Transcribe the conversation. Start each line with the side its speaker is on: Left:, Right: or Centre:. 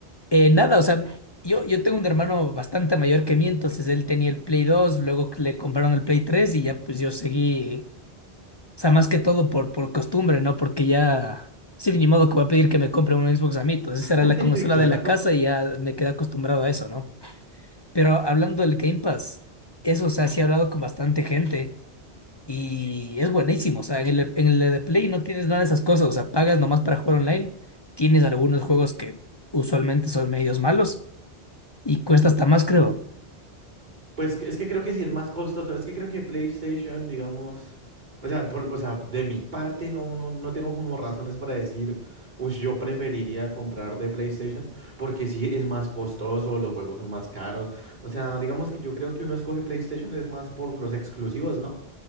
Left: eh, nada, o sea, yo, yo tengo un hermano bastante mayor que mí, entonces él tenía el Play 2, luego que le compraron el Play 3 y ya pues yo seguí, o sea, más que todo por, por costumbre, ¿no? Porque ya, sí, ni modo que voy a pedir que me compren un Xbox a mí, entonces
Right: <laughs>
Left: esa era la consola
Right: Claro.
Left: de la casa y ya me quedé acostumbrado a eso, ¿no? Pero hablando del Game Pass, eso, o sea, sí he hablado con bastante gente. Y es buenísimo, o sea, en el, en el de Play no tienes nada de esas cosas, o sea, pagas nomás para jugar online, tienes algunos juegos que usualmente son medios malos y cuesta hasta más, creo.
Right: Pues que- es que creo que sí es más costoso. Es que creo que PlayStation, digamos. O sea, por- o sea, de mi parte no, no, no tengo como razones para decir, uy, yo preferiría comprar de PlayStation, porque sí es más costoso, los juegos son más caros. O sea, digamos que yo creo que uno escoge PlayStation es más por los exclusivos, ¿no?